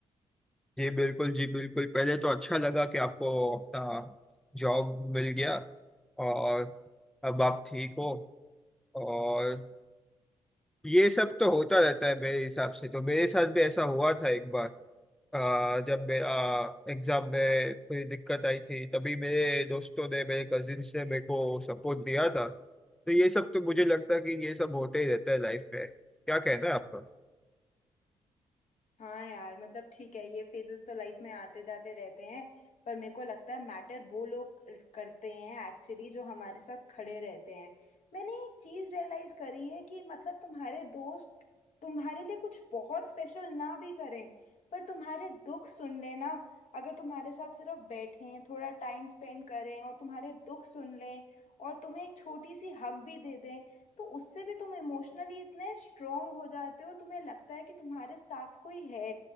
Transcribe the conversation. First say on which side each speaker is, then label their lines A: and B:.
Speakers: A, in the centre; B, on the left.
A: जी बिल्कुल जी बिल्कुल पहले तो अच्छा लगा कि आपको अपना जॉब मिल गया और अब आप ठीक हो और ये सब तो होता रहता है मेरे हिसाब से तो मेरे साथ भी ऐसा हुआ था एक बार अ, जब मेरा एग्जाम में थोड़ी दिक्कत आई थी तभी मेरे दोस्तों ने मेरे कजिन्स ने मेरे को सपोर्ट दिया था तो ये सब तो मुझे लगता है कि ये सब होते ही रहता है लाइफ में क्या कहना है आपका
B: हाँ यार मतलब ठीक है ये फेजेस तो लाइफ में आते जाते रहते हैं पर मेरे को लगता है मैटर वो लोग करते हैं एक्चुअली जो हमारे साथ खड़े रहते हैं मैंने एक चीज रियलाइज करी है कि मतलब तुम्हारे दोस्त तुम्हारे लिए कुछ बहुत स्पेशल ना भी करें पर तुम्हारे दुख सुन लेना अगर तुम्हारे साथ सिर्फ बैठें थोड़ा टाइम स्पेंड करें और तुम्हारे दुख सुन लें और तुम्हें एक छोटी सी हक भी दे दें तो उससे भी तुम इमोशनली इतने स्ट्रांग हो जाते हो तुम्हें लगता है कि तुम्हारे साथ कोई है